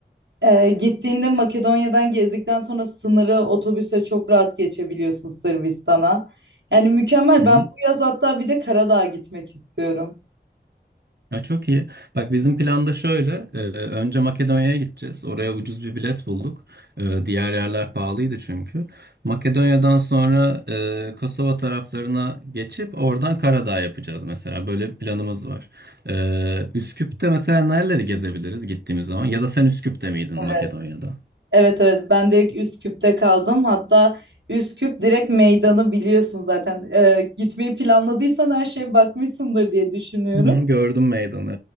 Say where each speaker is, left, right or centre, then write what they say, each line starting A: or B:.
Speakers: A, on the right (about 85°); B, on the right (about 65°).
A: Ee, gittiğinde Makedonya'dan gezdikten sonra sınırı otobüse çok rahat geçebiliyorsun Sırbistan'a. Yani mükemmel.
B: hı
A: Ben
B: hı
A: bu yaz hatta bir de Karadağ'a gitmek istiyorum.
B: Ha, çok iyi. Bak bizim planda şöyle. e, önce Makedonya'ya gideceğiz. Oraya ucuz bir bilet bulduk. E, diğer yerler pahalıydı çünkü. Makedonya'dan sonra e, Kosova taraflarına geçip oradan Karadağ yapacağız mesela. Böyle bir planımız var. E, Üsküp'te mesela nereleri gezebiliriz gittiğimiz zaman? Ya da sen Üsküp'te miydin Makedonya'da?
A: Evet. Evet evet ben direkt Üsküp'te kaldım. Hatta Üsküp direkt meydanı biliyorsun zaten. Ee, gitmeyi planladıysan her şeye bakmışsındır diye düşünüyorum.
B: Hı, gördüm meydanı